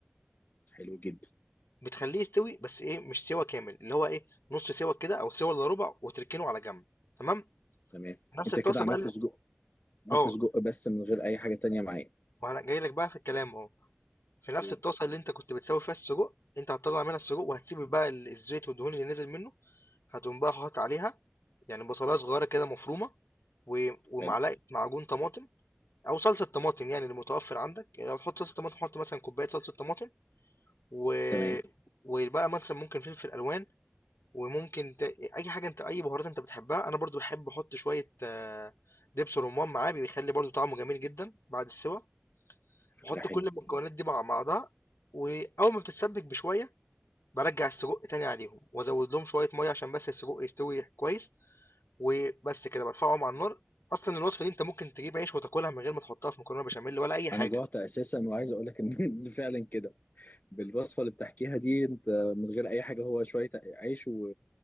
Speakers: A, on the left; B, on the left.
A: حلو جدا
B: بتخلّيه يستوي بس إيه، مش سِوَى كامل، اللي هو إيه، نُص سِوَى كده أو سِوَى إلّا رُبع وتركنه على جنب، تمام؟
A: تمام
B: نفس
A: انت
B: الطاسة
A: كده عملت
B: بقى ال
A: سجق عملت
B: آه،
A: سجق بس من غير اي حاجة تانية معايا
B: ما أنا جاي لك بقى في الكلام أهو، في نفس
A: أوه،
B: الطاسة اللي أنت كنت بتسوّي فيها السجق، أنت هتطلّع منها السجق وهتسيب بقى ال الزيت والدهون اللي نزل منه، هتقوم بقى حاطط عليها يعني بصلاية صغيّرة كده مفرومة و ومعلقة
A: حلو
B: معجون طماطم أو صلصة طماطم يعني المتوفّر عندك، يعني لو هتحط صلصة طماطم حُط مثلًا كوباية صلصة طماطم و
A: تمام
B: وبقى مثلًا ممكن فلفل ألوان وممكن ت... اي حاجه انت اي بهارات انت بتحبها انا برضو بحب احط شويه آه، دبس رمان معاه بيخلي برضو طعمه جميل جدا بعد السوا
A: فكرة
B: بحط
A: حلوة
B: كل المكونات دي مع بعضها واول ما بتتسبك بشويه برجع السجق تاني عليهم وازود لهم شويه ميه عشان بس السجق يستوي كويس وبس كده برفعهم على النار اصلا الوصفه دي انت ممكن تجيب عيش وتاكلها من غير ما تحطها في مكرونه بشاميل ولا اي حاجه
A: انا جوعت اساسا وعايز اقول لك ان <laughs> فعلا كده بالوصفة اللي بتحكيها دي انت من غير اي حاجة هو شوية عيش و